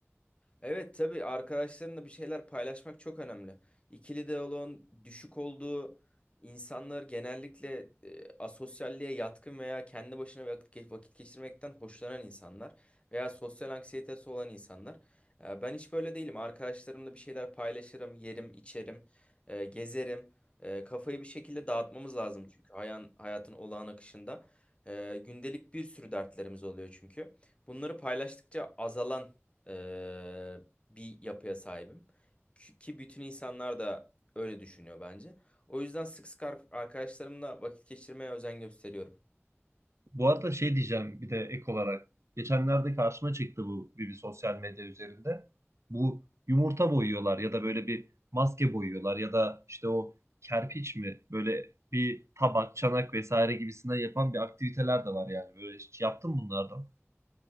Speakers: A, on the left; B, on the right.
A: Evet tabii arkadaşlarınla bir şeyler paylaşmak çok önemli. İkili diyaloğun düşük olduğu insanlar genellikle e, asosyalliğe yatkın veya kendi başına vakit, ge- vakit geçirmekten hoşlanan insanlar veya sosyal anksiyetesi olan insanlar. E, ben hiç böyle değilim. Arkadaşlarımla bir şeyler paylaşırım, yerim, içerim, e, gezerim. E, kafayı bir şekilde dağıtmamız lazım çünkü hayan, hayatın olağan akışında. E, gündelik bir sürü dertlerimiz oluyor çünkü. Bunları paylaştıkça azalan e, bir yapıya sahibim. Ki ki bütün insanlar da öyle düşünüyor bence. O yüzden sık sık ar- arkadaşlarımla vakit geçirmeye özen gösteriyorum.
B: Bu arada şey diyeceğim bir de ek olarak. Geçenlerde karşıma çıktı bu bir, bir sosyal medya üzerinde. Bu yumurta boyuyorlar ya da böyle bir maske boyuyorlar ya da işte o kerpiç mi böyle bir tabak, çanak vesaire gibisinden yapan bir aktiviteler de var yani. Böyle hiç yaptın mı bunlardan?